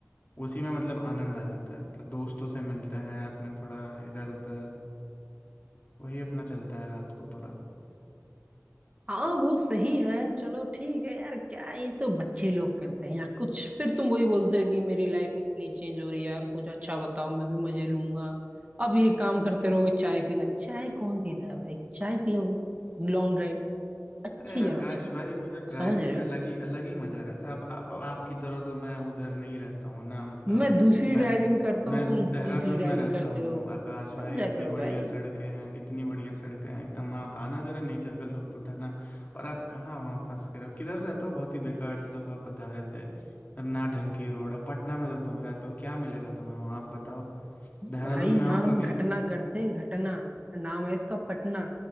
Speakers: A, on the left; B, on the right.
A: उसी में मतलब आनंद आ जाता है मतलब दोस्तों से मिलते हैं अपने थोड़ा इधर उधर वही अपना चलता है रात को थोड़ा
B: हाँ वो सही है चलो ठीक है यार क्या ये तो बच्चे लोग करते हैं यार कुछ फिर तुम वही बोलते हो कि मेरी लाइफ नहीं चेंज हो रही यार कुछ अच्छा बताओ मैं भी मजे लूंगा अब ये काम करते रहोगे चाय पीना चाय कौन पीता है भाई चाय पियोगे लॉन्ग ड्राइव अच्छी
A: अरे आकाश
B: जगह चलो
A: भाई मुझे ड्राइविंग
B: समझ रहे
A: का
B: हो
A: अलग ही अलग ही मजा रहता है अब आप, आपकी तरह तो मैं उधर नहीं रहता हूँ ना मतलब
B: मैं दूसरी
A: मैं
B: ड्राइविंग करता
A: मैं
B: हूँ तुम
A: देहरादून
B: दूसरी ड्राइविंग
A: में रहता
B: करते
A: हूँ
B: हो
A: आकाश भाई
B: समझा
A: इतनी
B: करो
A: बढ़िया
B: भाई
A: सड़कें हैं इतनी बढ़िया सड़कें हैं एकदम आप आना जरा नेचर का लुत्फ उठाना और आप कहाँ वहाँ फंस के रहो किधर रहते हो बहुत ही बेकार सी जो आप बता रहे थे ना ढंग की रोड है पटना में तो तुम रहते हो क्या मिलेगा तुम्हें वहाँ आप बताओ देहरादून
B: भाई यहाँ
A: में आओ
B: हम
A: कभी
B: घटना करते हैं घटना नाम है इसका पटना